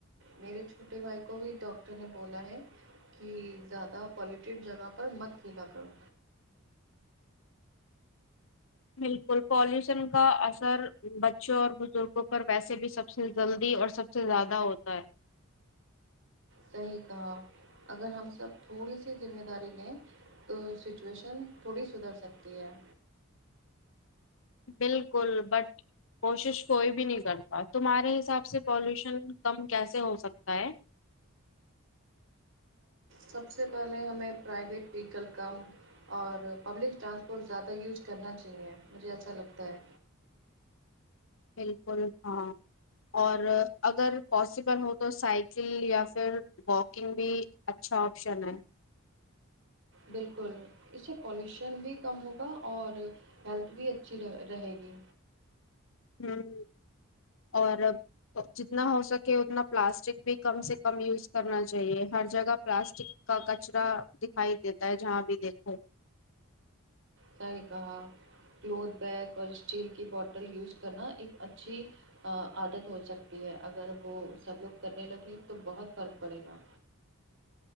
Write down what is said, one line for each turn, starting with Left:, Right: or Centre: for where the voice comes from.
Right: میرے چھوٹے بھائی کو بھی ڈاکٹر نے بولا ہے کہ زیادہ پالیوٹیڈ جگہ پر مت کھیلا کرو
Left: بالکل پالیوشن کا اثر بچوں اور بزرگوں پر ویسے بھی سب سے جلدی اور سب سے زیادہ ہوتا ہے
Right: صحیح کہا اگر ہم سب تھوڑی سی ذمہ داری لیں تو سچویشن تھوڑی سدھر سکتی ہے
Left: بالکل بٹ کوشش کوئی بھی نہیں کرتا تمہارے حساب سے پالوشن کم کیسے ہوسکتا ہے
Right: سب سے پہلے ہمیں پرائیویٹ ویکل کم اور پبلک ٹرانسپورٹ زیادہ یوز کرنا چاہیے مجھے ایچھا لگتا ہے
Left: بالکل ہاں اور اگر پاسبل ہو تو سائیکل یا پھر واکنگ بھی اچھا آپشن ہے
Right: بالکل اس سے پالوشن بھی کم ہوگا اور ہیلتھ بھی اچھی رہے گی
Left: ہوں اور اب جتنا ہو سکے اتنا پلاسٹک بھی کم سے کم یوز کرنا چاہیے ہر جگہ پلاسٹک کا کچرا دکھائی دیتا ہے جہاں بھی دیکھو
Right: صحیح کہا کلوتھ بیگ اور اسٹیل کی بوٹل یوز کرنا ایک اچھی عادت ہوسکتی ہے اگر وہ سب لوگ کرنے لگیں تو بہت فرق پڑے گا